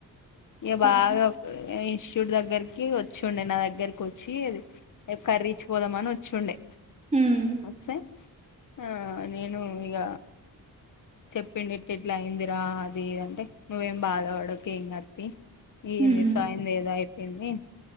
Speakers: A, on the left; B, on the right.
A: ఇగ బాగ
B: పాపం
A: <unintelligible> శివుడి దగ్గరికి వచ్చుండే నా దగ్గరకి వచ్చి ఏ కర్రీచ్చి పోదామని వచ్చుండే
B: హ్మ్
A: వస్సే ఆ నేను ఇంగ చెప్పిండు ఇట్ ఇట్లా అయిందిరా అది అంటే నువ్వేం బాధవడుకు ఏం గాద్ తీ
B: హ్మ్
A: ఏం చేస్సావ్ అయింది ఏదో అయిపోయింది